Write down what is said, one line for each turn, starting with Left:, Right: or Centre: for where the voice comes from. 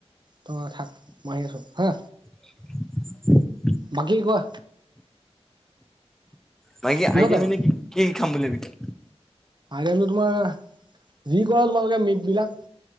Right: ত 'থাক মই আহি আছো হা।
Centre: <unintelligible>
Right: বাকী কোৱা,
Centre: বাকী <unintelligible>
Right: কিহত
Centre: আইতি
Right: যাবা
Centre: ম নে কি কি কি খাম বুলিলোবতিয়া
Right: আইটেম তোমাৰ যি কৰা তোমালোকে মিট বিলাক।